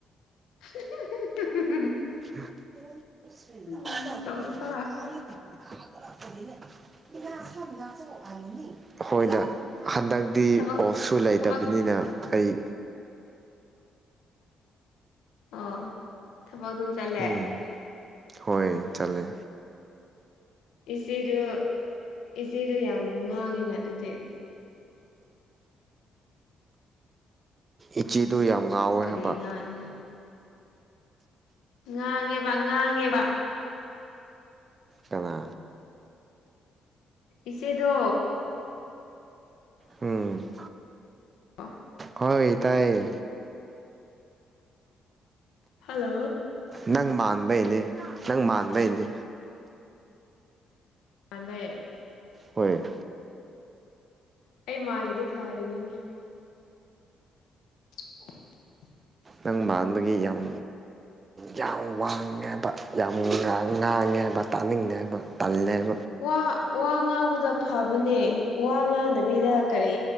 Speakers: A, on the left; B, on the right.
A: <unintelligible>
B: <unintelligible>
A: ꯎꯝ ꯇꯧꯅꯨꯀꯣ
B: ꯍꯣꯏꯗ ꯍꯟꯗꯛꯇꯤ
A: ꯊꯕꯛ
B: ꯑꯣꯐꯁꯨ ꯂꯩꯇꯕꯅꯤꯅ
A: ꯊꯕꯛ
B: ꯑꯩ
A: ꯑꯣ ꯊꯕꯛ ꯑꯗꯨꯝ ꯆꯠꯂꯦ
B: ꯎꯝ ꯍꯣꯏ ꯆꯂꯦ
A: ꯏꯆꯦꯗꯨ ꯏꯆꯦꯗꯨ ꯌꯥꯝ ꯉꯥꯡꯉꯤꯅ ꯑꯗꯨꯗꯤ
B: ꯏꯆꯦꯗꯨ ꯌꯥꯝ ꯉꯥꯎꯋꯦ
A: ꯀꯔꯤ
B: ꯍꯥꯏꯕ
A: ꯉꯥꯡꯉꯤꯅꯣ ꯉꯥꯡꯉꯦꯕ ꯉꯥꯡꯉꯦꯕ
B: ꯀꯅꯥ
A: ꯏꯆꯦꯗ
B: ꯎꯝ
A: ꯑ
B: ꯍꯣꯏ ꯇꯥꯏꯑꯌꯦ
A: ꯍꯜꯂꯣ
B: ꯅꯪ ꯃꯥꯟꯕꯩꯅꯤ ꯅꯪ ꯃꯥꯟꯕꯩꯅꯤ
A: ꯑꯗꯦ
B: ꯍꯣꯏ
A: ꯑꯩ ꯃꯥꯒꯤꯗꯤ ꯐꯔꯤꯅꯤꯅꯦ <unintelligible>
B: ꯅꯪ ꯃꯥꯟꯕꯒꯤ ꯌꯥꯝ ꯌꯥꯝ ꯋꯥꯡꯉꯦꯕ ꯌꯥꯝ ꯉꯥꯡꯉꯦ ꯍꯥꯏꯕ ꯇꯥꯅꯤꯡꯗꯦ ꯍꯥꯏꯕ ꯇꯜꯂꯦꯕ
A: ꯋꯥ ꯋꯥ ꯉꯥꯡꯕꯗꯣ ꯐꯕꯅꯦ ꯋꯥ ꯉꯥꯡꯗꯕꯤꯗ ꯀꯔꯤ